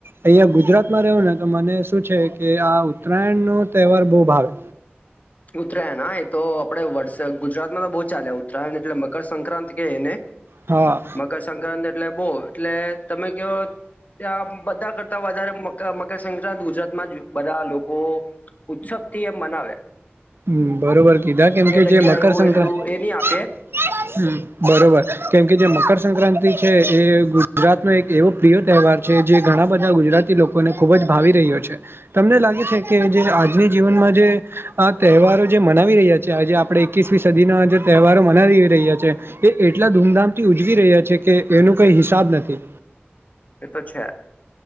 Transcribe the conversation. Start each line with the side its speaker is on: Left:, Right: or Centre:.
Right: અહીં ગુજરાતમાં રહ્યો ને તો મને શું છે, કે આ ઉત્તરાયણનો તહેવાર બહુ ભાવે
Left: ઉત્તરાયણ હા એ તો આપડે વરસા ગુજરાતમાં તો બહુ ચાલે ઉત્તરાયણ એટલે મકરસંક્રાંતિ કે એને
Right: હા.
Left: મકરસક્રાંતિ એટલે બહુ એટલે તમે કહો ત્યાં બધા કરતા વધારે મકર સંક્રાંત ગુજરાતમાં જ બધા લોકો ઉત્સવ થી એમ મનાવ્યા
Right: હમ બરોબર કીધા કેમ કે જે
Left: જગ્યા
Right: મકરસક્રાંતિ
Left: એવું એટલું
Right: હ
Left: એ નહી આપે
Right: બરોબર કેમ કે જે મકરસક્રાંતિ છે એ ગુજરાતનો એક એવો પ્રિય તહેવાર છે જે ઘણા બધા ગુજરાતી લોકોને ખૂબ જ ભાવી રહ્યો છે. તમને લાગે છે, કે જે આજની જીવનમાં જે આ તહેવારો જે મનાવી રહ્યા છે, આજે આપણે એકવીસમી સદીના જે તહેવારો મનાવી રહ્યા છીએ. એ એટલા ધૂમધામથી ઉજવી રહ્યા છે કે એનો કઈ હિસાબ નથી.
Left: એ તો છે.